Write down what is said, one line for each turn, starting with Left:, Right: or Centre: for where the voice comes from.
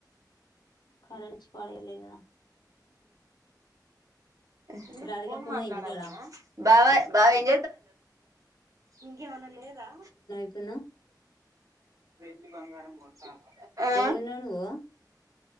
Left: కరడిచి పడేయలేదు కదా
Right: అ
Left: రాధికక్క
Right: ఫోన్
Left: ఉన్నదా
Right: మాట్లాడాలనా
Left: ఇంటికాడ
Right: బావ బాబ ఏం ఇంకేం అన లేదా
Left: అప్పున్నా
Right: రతి బంగారంభ ఉంట ఆ
Left: ఏడున్నావు నువ్వు